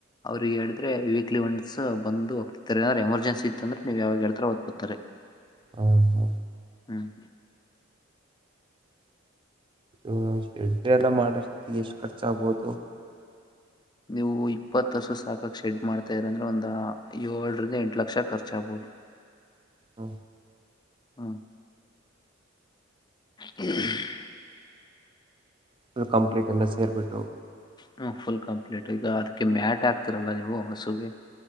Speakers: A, on the left (about 20°); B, on the right (about 25°).
A: ಅವ್ರಿಗೆ ಹೇಳಿದ್ರೆ ವೀಕ್ಲಿ ಒನ್ಸು ಬಂದು ಹೋಗ್ತಾರೆ ಏನಾದ್ರು ಎಮರ್ಜೆನ್ಸಿ ಇತ್ತು ಅಂದ್ರೆ ನೀವ್ ಯಾವಾಗ ಹೇಳ್ತಾರೆ ಅವಾಗ್ ಬರ್ತಾರೆ. <unintelligible> <inaudible>
B: ಹಾ ಹಾ
A: ಹ್ಮ್
B: ಇ ಸ್ಟೆಡ್ ಎಲ್ಲ ಮಾಡೊಸ್ತಿಗ್ ಎಷ್ಟು ಖರ್ಚಾಗ್ಬಹುದು?
A: ನೀವು ಇಪ್ಪತ್ ಹಸು ಸಾಕಕ್ ಶೆಡ್ ಮಾಡ್ತಾ ಅಂದ್ರೆ ಒಂದ ಏಳರಿಂದ ಎಂಟು ಲಕ್ಷ ಖರ್ಚಾಗಬಹುದು. <inaudible>
B: ಹಾ
A: ಹಾ ಹ್ಮ್ <unintelligible>
B: ಪುಲ್ ಕಂಪ್ಲೀಟ್ ಎಲ್ಲ ಸೇರಿಬಿಟ್ಟು.
A: ಹ ಫುಲ್ ಕಂಪ್ಲೀಟ್ ಈಗ ಅದಕ್ಕೆ ಮ್ಯಾಟ್ ಆಗ್ತಿರಲ್ಲ ನೀವು ಹಸುಗೆ.